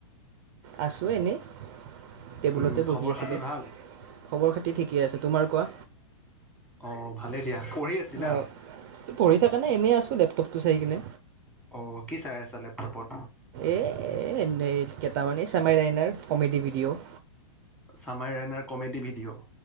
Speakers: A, on the right (about 35°); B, in the centre.
A: আছো এনেই। টেবুলতে
B: উম
A: বহি
B: খবৰ
A: আছিলোঁ
B: খাতি ভাল
A: খবৰ খাতি ঠিকে আছে। তোমাৰ কোৱা।
B: অ ভালেই। দিয়া পঢ়ি আছিলা।
A: অঁ পঢ়ি থকা নাই এনেই আছোঁ লেপটপটো চাই কিনে।
B: অ কি চাই আছা লেপটপত।
A: এ এনে কেইটামানে Samay Raina comedy video.
B: Samay Raina comedy video